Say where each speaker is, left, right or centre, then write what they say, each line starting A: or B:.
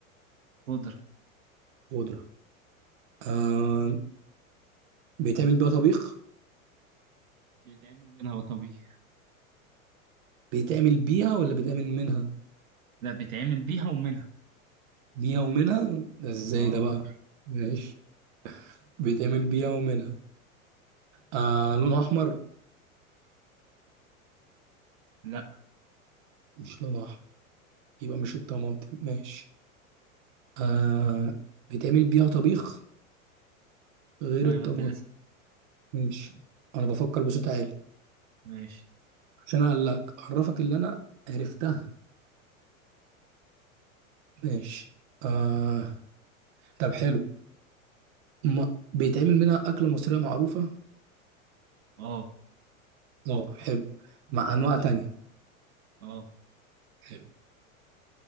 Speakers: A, on the right (about 75°); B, on the right (about 50°).
A: خضرة
B: خضرة آه بيتعمل بيها طبيخ
A: بيتعمل منها وطبيعي
B: بيتعمل بيها ولا بيتعمل منها
A: لا بيتعمل بيها ومنها
B: بيها ومنها ده ازاي
A: اه
B: ده بقى ماشي بيتعمل بيها ومنها آه لونها أحمر
A: لا
B: مش لونها أحمر يبقى مش الطماطم ماشي آه بيتعمل بيها طبيخ غير
A: ايوه
B: الطماطم
A: انت لسه
B: ماشي أنا بفكر بصوت عالي
A: ماشي
B: عشان أقلك أعرفك اللي أنا عرفتها ماشي آه طب حلو ما بيتعمل منها أكلة مصرية معروفة
A: اه
B: اه حلو مع انواع تانية
A: اه
B: حلو